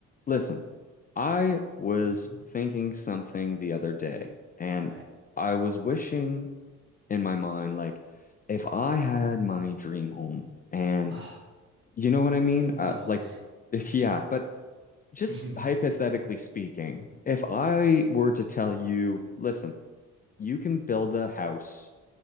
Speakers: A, on the left; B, on the right.
A: Listen, I was
B: hmm
A: thinking something the other day, and
B: Right.
A: I was wishing in my mind, like, if I had my dream home, and
B: <sighs> Don't
A: you know what I mean? Uh,
B: we all?
A: like, <laughs> if, yeah, but just
B: <laughs>
A: hypothetically
B: hmm
A: speaking, if I were to tell you, listen, you can build a house